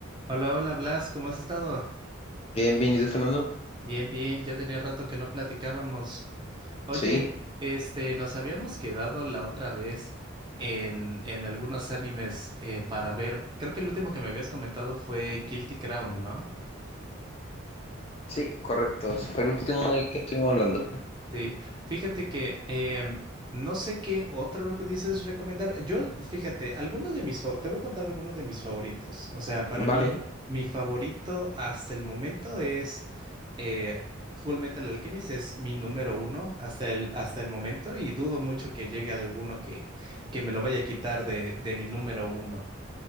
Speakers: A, on the right; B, on the left.
A: Hola, hola Blas, ¿cómo has estado?
B: Bien, bien, ¿y tú, Fernando?
A: Bien, bien, ya tenía rato que no platicábamos. Oye,
B: Sí,
A: este, nos habíamos quedado la otra vez en, en algunos animes eh, para ver. Creo que el último que me habías comentado fue Guilty Crown, ¿no?
B: sí, correcto. ese Fue el último del que estuvimos hablando.
A: Sí, fíjate que em, no sé qué otro me pudieses recomendar. Yo, fíjate, algunos de mis, fa- te voy a contar algunos de mis favoritos. O sea, para
B: Vale,
A: mí, mi favorito hasta el momento es eh, Full Metal Alchemist, es mi número uno hasta el, hasta el momento y dudo mucho que llegue alguno que, que me lo vaya a quitar de, de mi número uno.